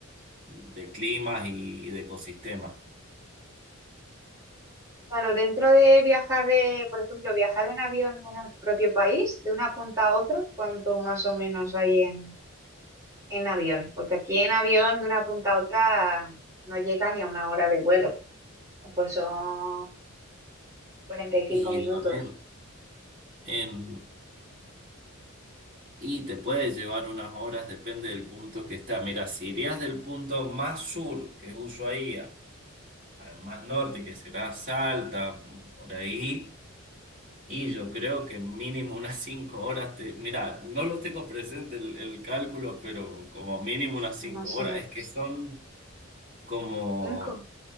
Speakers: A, on the right; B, on the right.
A: de climas y de ecosistemas.
B: Claro, dentro de viajar de, por ejemplo, viajar en avión en el propio país, de una punta a otra, ¿cuánto más o menos hay en, en avión? Porque aquí en avión de una punta a otra no llega ni a una hora de vuelo. A lo mejor son 45
A: Y
B: minutos,
A: a ver, en, y te puede llevar unas horas, depende del punto que está. Mira, si irías del punto más sur, que es Ushuaia, al más norte, que será Salta, por ahí, y yo creo que mínimo unas cinco horas te... Mira, no lo tengo presente el, el cálculo, pero como mínimo unas cinco
B: más
A: horas.
B: o menos.
A: Es que son... como
B: ¿Cinco?